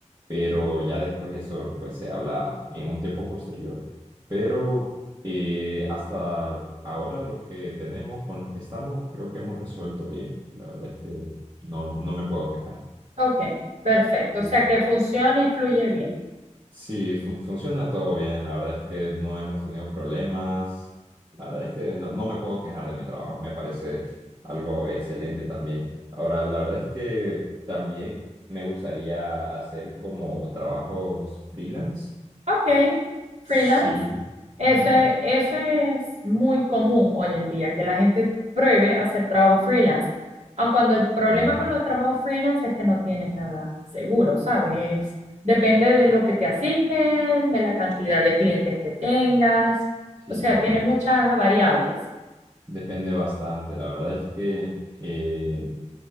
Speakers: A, on the right; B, on the right.
A: pero ya después eso pues se habla en un tiempo posterior. Pero eh, hasta ahora lo que tenemos con los que estamos creo que hemos resuelto bien. La verdad es que no, no me puedo quejar.
B: ok. Perfecto.
A: Eh,
B: O sea que funciona y fluye bien.
A: Sí, fun- funciona todo bien. La verdad es que no hemos tenido problemas. La verdad es que no, no me puedo quejar de mi trabajo. Me parece algo excelente también. Ahora, la verdad es que también me gustaría hacer como trabajos freelance.
B: Ok, freelance.
A: Sí,
B: Eso
A: ujú,
B: es, eso es muy común hoy en día, que la gente pruebe a hacer trabajo freelance. Aun cuando el problema
A: Sí,
B: con los trabajos freelance es que no tienes nada seguro, ¿sabes? Es- depende de lo que te asignen, de la cantidad de clientes que tengas.
A: sí,
B: O sea,
A: correcto.
B: tiene muchas variables.
A: Depende bastante. La verdad es que, eh,